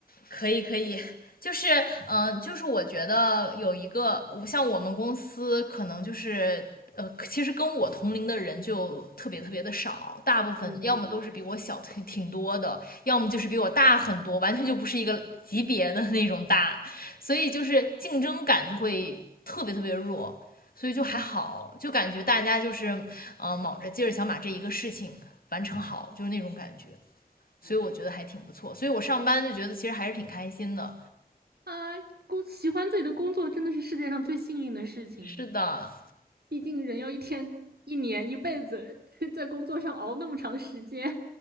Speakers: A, on the left (about 65°); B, on the right (about 85°).
A: 可以可以，就是嗯、呃就是我觉得有一个，像我们公司可能就是。呃，其实跟我同龄的人就特别特别的少，大部分要么都是比我小挺挺多的，
B: 嗯
A: 要么就是比我大很多，完全就不是一个级别的那种大，所以就是竞争感就会特别特别弱，所以就还好，
B: 嗯，
A: 就感觉大家就是呃卯着劲儿想把这一个事情完成好，就是那种感觉。所以我觉得还挺不错。
B: 哎呀，
A: 所以我上班就觉得其实还是挺开心的。
B: 啊，工喜欢自己的工作真的是世界上最幸运的事情。
A: 是的，
B: 毕竟人要一天、一年、一辈子 <laughs> 在工作上熬那么长时间，